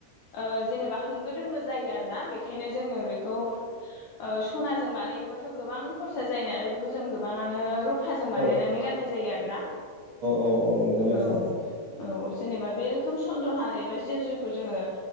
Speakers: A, on the left; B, on the right.
A: ओ जेनेबा होंगो दोंगो जायो आरोना बेखायनो जोङो बेखौ ओ सनाजों बानायोबाथ' गोबां खरसा जायो नालाय बेखौ जों गोबांआनो रू रूफाजों बानायनानै
B: औ
A: गाननाय जायो आरोना
B: औ नंगौ नोंथां
A: औ औ जेनेबा बे रोखोम सन्द्रहार एबा जेनजयखौ जोङो